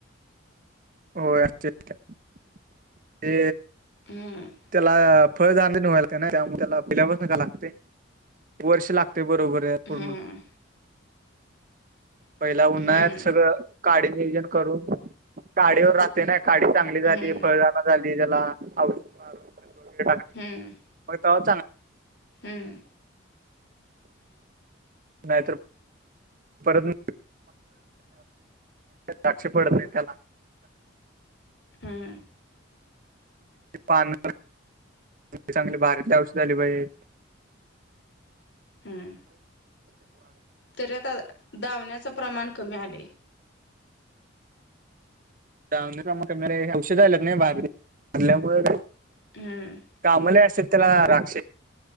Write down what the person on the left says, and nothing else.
हम
हम्म
हम्म
हम्म
हम्म
हम्
हां
हम्म तरी आता धावण्याचं प्रमाण कमी आले
हम्म